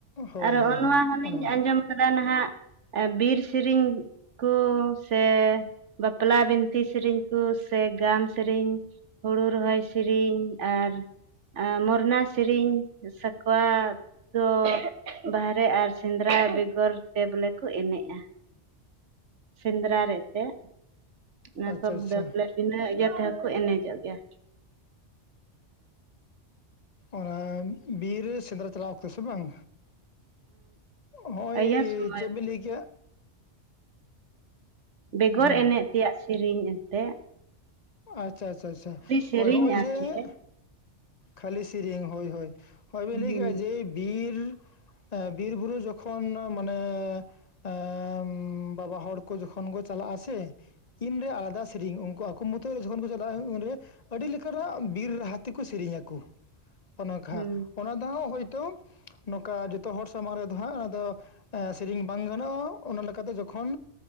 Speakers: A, on the left; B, on the right.
A: ᱦᱳᱭ
B: ᱟᱨ ᱦᱚᱸᱜ
A: ᱦᱳᱭ
B: ᱚ ᱱᱚᱣᱟ
A: ᱦᱳᱭ
B: ᱦᱚᱞᱤᱧ
A: ᱚᱱᱟ
B: ᱟᱸᱡᱚᱢ ᱠᱟᱫᱟ ᱱᱟᱦᱟᱸᱜ ᱵᱤᱨ ᱥᱤᱨᱤᱧ ᱠᱩ ᱥᱮ ᱵᱟᱯᱞᱟ ᱵᱤᱱᱛᱤ ᱥᱮᱨᱮᱧ ᱠᱚ ᱥᱮ ᱜᱟᱢ ᱥᱮᱨᱮᱧ ᱦᱩᱲᱩ ᱨᱚᱦᱚᱭ ᱥᱤᱨᱤᱧ ᱟᱨ ᱢᱚᱨᱱᱟᱥ ᱥᱮᱨᱮᱧ ᱥᱟᱠᱣᱟ ᱫᱚ ᱵᱟᱦᱨᱮ ᱟᱨ ᱥᱮᱸᱫᱽᱨᱟ ᱵᱮᱜᱚᱨ ᱛᱮ ᱵᱚᱞᱮ ᱠᱚ ᱮᱱᱮᱡᱼᱟ ᱥᱮᱸᱫᱽᱨᱟ ᱨᱮ ᱮᱱᱛᱮ <unintelligible>
A: ᱟᱪᱪᱷᱟ ᱟᱪᱪᱷᱟ
B: ᱵᱚᱞᱮ ᱵᱤᱱᱟᱹ ᱤᱭᱟᱹ ᱛᱮᱦᱚᱸ ᱠᱚ ᱮᱱᱮᱡᱚᱜ ᱜᱮᱭᱟ
A: ᱚᱱᱟ ᱵᱤᱨ ᱨᱮ ᱥᱮᱸᱫᱽᱨᱟ ᱪᱟᱞᱟᱣ ᱚᱠᱛᱮ ᱥᱮ ᱵᱟᱝ ᱦᱚᱜ ᱚᱭ
B: ᱤᱭᱟᱹ ᱥᱚᱢᱚᱭ
A: ᱪᱮᱫ ᱵᱤᱱ ᱞᱟᱹᱭ ᱠᱮᱜ-ᱟ
B: ᱵᱮᱜᱚᱨ
A: ᱦᱩᱸ
B: ᱮᱱᱮᱡ ᱛᱮᱭᱟᱜ ᱥᱮᱨᱮᱤ ᱮᱱᱛᱮ
A: ᱟᱪᱪᱷᱟ ᱟᱪᱪᱷᱟᱷᱟ
B: ᱥᱮᱨᱮᱧ
A: ᱦᱳᱭ ᱦᱚᱜᱼᱚᱭ
B: ᱟᱨ
A: ᱡᱮ
B: ᱪᱮᱫ ᱦᱮᱸ
A: ᱠᱷᱟᱹᱞᱤ ᱥᱮᱨᱮᱧ ᱦᱳᱭ ᱦᱳᱭ ᱦᱚᱜᱚᱭ ᱵᱤᱱ ᱞᱮᱭ
B: ᱦᱮᱸ
A: ᱠᱮᱜ-ᱟ ᱡᱮ ᱵᱤᱨ, ᱵᱤᱨ ᱵᱩᱨᱩ ᱡᱚᱠᱷᱚᱱ ᱢᱟᱱᱮ ᱟᱸ ᱵᱟᱵᱟ ᱦᱚᱲ ᱠᱚ ᱡᱚᱠᱷᱚᱱ ᱠᱚ ᱪᱟᱞᱟᱜᱼᱟ ᱥᱮ ᱤᱧᱨᱮ ᱟᱞᱟᱫᱟ ᱥᱮᱨᱮᱧ ᱩᱱᱠᱩ ᱟᱠᱚ ᱢᱩᱚᱛ <unintelligible> ᱡᱚᱠᱷᱚᱱ ᱠᱚ ᱪᱟᱞᱟᱜᱼᱟ ᱩᱱᱨᱮ ᱟᱹᱰᱤ ᱞᱮᱠᱟᱱᱟᱜ ᱵᱤᱨ ᱨᱟᱦᱟ ᱛᱮ ᱠᱚ ᱥᱮᱨᱮᱧ ᱟᱠᱚ ᱚᱱᱮᱠᱷᱟ
B: ᱦᱮᱸ
A: ᱚᱱᱟ ᱫᱚᱸ ᱦᱳᱭᱛᱳ ᱱᱚᱝᱠᱟ ᱡᱚᱛᱚ ᱦᱚᱲ ᱥᱟᱢᱟᱝ ᱨᱮᱫᱚ ᱦᱟᱸᱜ ᱚᱱᱟ ᱫᱚ ᱮᱸ ᱥᱮᱨᱮᱧ ᱵᱟᱝ ᱜᱟᱱᱚᱜᱼᱟ ᱚᱱᱟ ᱞᱮᱠᱟᱛᱮ ᱡᱚᱠᱷᱚᱱ